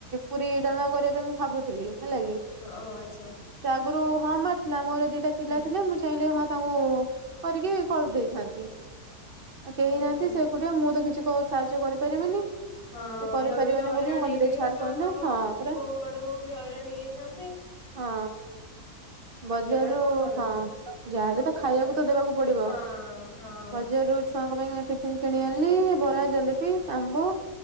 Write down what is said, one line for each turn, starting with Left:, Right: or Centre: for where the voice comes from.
Right: ପୁରୀ ଡାଲମା କରିବା ପାଇଁ ମୁଁ ଭାବୁଥିଲି ହେଲା କି?
Left: ଓ ଆଚ୍ଛା
Right: ସେ ଆଗରୁ ହଁ ମାରିଥିଲା ମୋର ଦିଟା ପିଲା
Left: ହୁଁ
Right: ଥିଲେ ମୁଁ ସେ ହଁ ତାଙ୍କୁ କରିକି କରିଦେଇଥାନ୍ତି କେହି
Left: ଓହୋ
Right: ନାହାନ୍ତି ସେ ସେ ଏକୁଟିଆ ମୁଁ ତ କିଛି ସାହାଯ୍ୟ କରିପାରିବିନି।
Left: ହଁ
Right: ସେ କରିପାରିବନି
Left: ତମେ ବି ହଇରାଣ
Right: ବୋଲି ମୁଁ
Left: ହେଇଯାଇଥିବେ
Right: କହିଲି ଛାଡ
Left: ତମେ
Right: କରନା
Left: ତମ
Right: ହଁ ପରା
Left: ବୋଉ ବଡ ବୋଉ ବି ହଇରାଣ ହେଇଯାଇଥାନ୍ତ?
Right: ହଁ ବଜାରରୁ
Left: ନା କଣ କଲ?
Right: ହଁ ଯାହାହେଲେ ତ ଖାଇବାକୁ
Left: ହଁ
Right: ଦବକୁ ପଡିବ
Left: ହଁ
Right: ବଜାରରୁ ଛୁଆଙ୍କ ପାଇଁ ଟିଫିନ କିଣି ଆଣିଲି ବରା ଜଲେପି ଆମ୍ବ